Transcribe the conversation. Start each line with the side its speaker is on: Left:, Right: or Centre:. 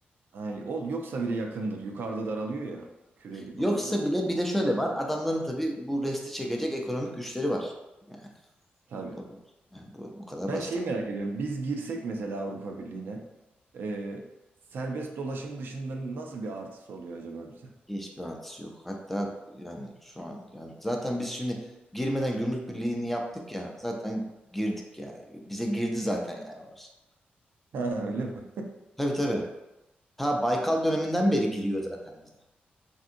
Right: Ay, ol, yoksa bile yakındır. Yukarıda daralıyor ya. Küre gibi
Centre: Yoksa
Right: olduğu için.
Centre: bile bir de şöyle var. Adamların tabii bu resti çekecek ekonomik güçleri var. Yani,
Right: Tabii.
Centre: o- yani bu, bu kadar
Right: Ben
Centre: basit.
Right: şeyi merak ediyorum. Biz girsek mesela Avrupa Birliği'ne e, serbest dolaşım dışında nasıl bir artısı oluyor acaba bize? <laughs>
Centre: Hiçbir artısı yok. Hatta yani şu an yani zaten biz şimdi girmeden gümrük birliğini yaptık ya. Zaten girdik ya. Bize girdi zaten yani orası.
Right: Ha, öyle mi? <laughs>
Centre: Tabii tabii. Ta Baykal döneminden beri giriyor zaten bize.